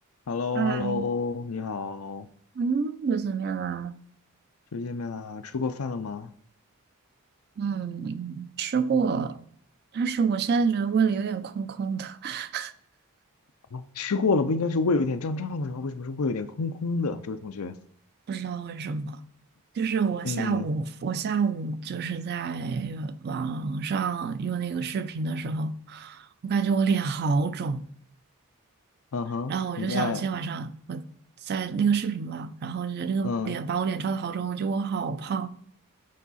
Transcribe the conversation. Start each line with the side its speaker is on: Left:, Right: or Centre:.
Left: h e l l o
Right: 哎，
Left: h e l l o 你好，
Right: 嗯，又怎面样啊？
Left: 又见面啦，吃过饭了吗？
Right: 嗯，吃过，但是我现在觉得胃里有点空空的。<laughs>
Left: 啊，吃过了，不应该是胃有点胀胀的吗？为什么是胃有点空空的？这位同学，
Right: 不知道为什么，就是我下午，
Left: 嗯，
Right: 我下午就是在网上用那个视频的时候，我感觉我脸好肿，
Left: 嗯哼，
Right: 然后我就想今天晚上我在那个视频嘛，
Left: 你在，
Right: 然后我就觉得那个脸把我脸照的好肿，
Left: 嗯，
Right: 我觉得我好胖。